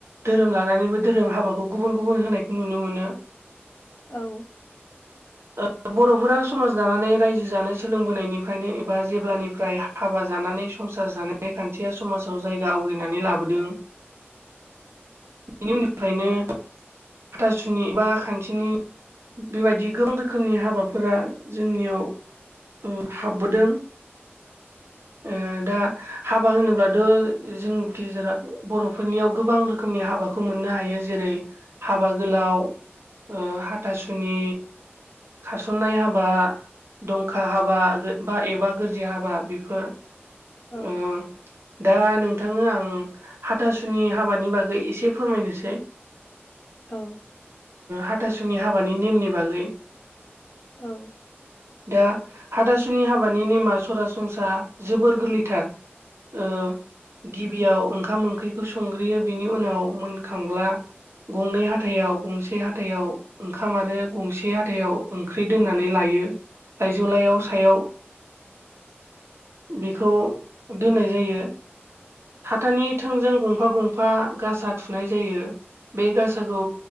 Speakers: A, on the right (about 75°); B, on the left (about 65°).
A: धोरोम लानानैबो धोरोम हाबाखौ गुबुन गुबुन होनायखौ नुनो मोनो।
B: औ।
A: ओ बर'फोरा समाज दानानै रायजो जानो सोलोंबोनायनिफ्रायनो एबा जेब्लानिफ्राय हा हाबा जानानै संसार जानाय खान्थिया समाजाव जायगा आवग्रिनानै लाबोदों। बेनि उननिफ्रायनो हाथासुनि बा खान्थिनि बेबायदि गोबां रोखोमनि हाबाफोरा जोंनियाव उम हाबबोदों। ओ दा हाबा होनोब्लाथ' जों गेजेराव बर'फोरनियाव गोबां रोखोमनि हाबाखौ मोननो हायो। जेरै हाबा गोलाव ओ हाथासुनि, खारसन्नाय हाबा, दंखा हाबा, गो बा एबा गोरजिया हाबा बेफोर
B: औ
A: ओ दा नोंथांनो आं हाथासुनि हाबानि बागै एसे फोरमायनोसै
B: औ
A: हाथासुनि हाबानि नेमनि बागै
B: औ
A: दा हाथासुनि हाबानि नेमा सरासनस्रा जोबोर गोरलैथार। ओ गिबियाव ओंखाम ओंख्रिखौ संग्रोयो बिनि उनाव मोनखांब्ला गंनै हाथायाव गंसे हाथायाव ओंखाम आरो गंसे हाथायाव ओंख्रि दोननानै लायो। लाइजौ लाइयाव सायाव बेखौ दोननाय जायो हाथानि थोंजों गंफा गं फा गासा थुनाय जायो बे गासाखौ